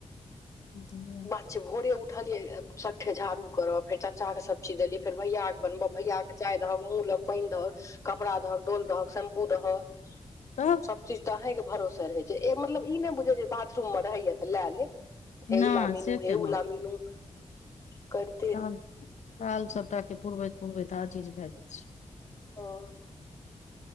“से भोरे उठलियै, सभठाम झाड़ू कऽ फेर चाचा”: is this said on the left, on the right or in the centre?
Left